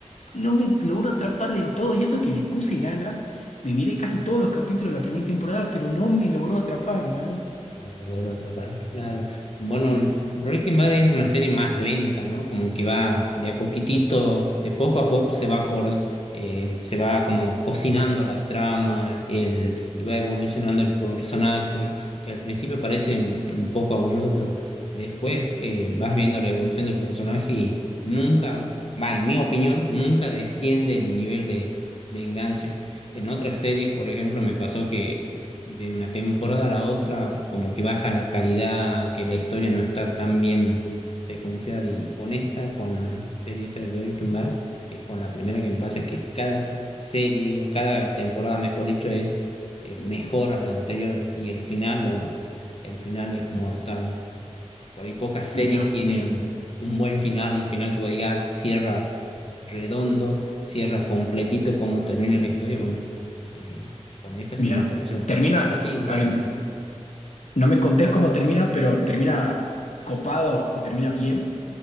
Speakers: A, on the left (about 75°); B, on the left (about 55°).
A: no me logro atrapar del todo. Y eso que le puse ganas, me miré casi
B: ¿no?
A: todos los capítulos de la primera temporada, pero no me logró atrapar. ¿eh?
B: No, te logro atrapar, claro. Bueno, Breaking Bad es una serie más lenta, ¿no? Como que va de a poquitito, de poco a poco se va, acor- eh, se va como cocinando la trama, el, y va evolucionando el personaje, que al principio parece un un poco aburrido, pero después eh, vas viendo la evolución del personaje y nunca, va, en mi opinión, nunca desciende el nivel de, de enganche. En otras series, por ejemplo, me pasó que de una temporada a la otra, como que baja la calidad, que la historia no está tan bien secuenciada. Y con esta, con la serie esta de Breaking Bad, es con la primera que me pasa que cada serie, o cada temporada, mejor dicho, es eh, mejor a la anterior. Y el final, bueno, el final es mortal. Por ahí pocas series
A: Mirá,
B: tienen
A: mirá,
B: un buen final, un final que vos digas cierra redondo, cierra completito cómo termina la historia. Bueno, eh, con esta
A: mirá.
B: sí me pareció.
A: Termina,
B: Pero sí, bueno,
A: a ver,
B: tam-
A: no me contés cómo termina, pero termina copado, termina bien.